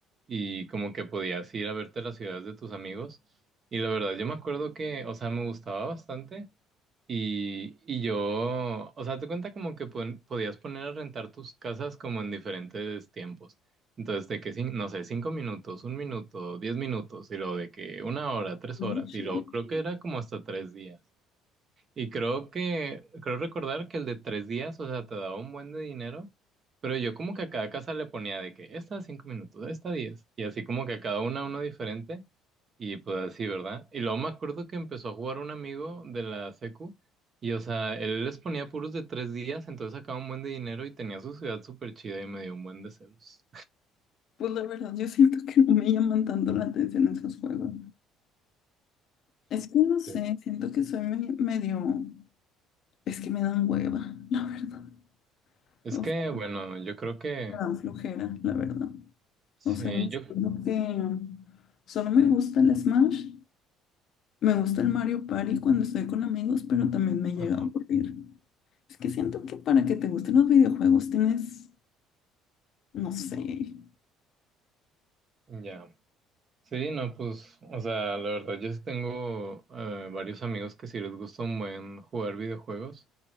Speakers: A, on the right (about 40°); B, on the left (about 55°).
A: y como que podías ir a verte las ciudades de tus amigos. Y la verdad, yo me acuerdo que, o sea, me gustaba bastante. Y, y yo, o sea, te cuenta como que pon- podías poner a rentar tus casas como en diferentes tiempos. Entonces, de que, cin- no sé, cinco minutos, un minuto, diez minutos, y luego de que una hora, tres
B: Muy
A: horas,
B: chido.
A: y luego creo que era como hasta tres días. Y creo que, creo recordar que el de tres días, o sea, te daba un buen de dinero, pero yo como que a cada casa le ponía de que esta cinco minutos, esta diez, y así como que a cada una uno diferente, y pues así, ¿verdad? Y luego me acuerdo que empezó a jugar un amigo de la secu, y o sea, él les ponía puros de tres días, entonces sacaba un buen de dinero y tenía su ciudad súper chida y me dio un buen de celos.
B: Pues la verdad, yo siento que no me llaman tanto la atención esos juegos. Es que no sé,
A: Sí.
B: siento que soy me- medio... Es que me dan hueva, <laughs> la verdad.
A: Es
B: O
A: que,
B: sea,
A: bueno, yo creo que,
B: me dan flojera, la verdad.
A: sí,
B: O sea, siento
A: yo,
B: que solo me gusta el Smash, me gusta el Mario Party cuando estoy con amigos, pero también me llega
A: ajá,
B: a aburrir. Es que siento que para que te gusten los videojuegos tienes, no sé.
A: ya. Sí, no, pues, o sea, la verdad, yo sí tengo eh, varios amigos que sí les gusta un buen jugar videojuegos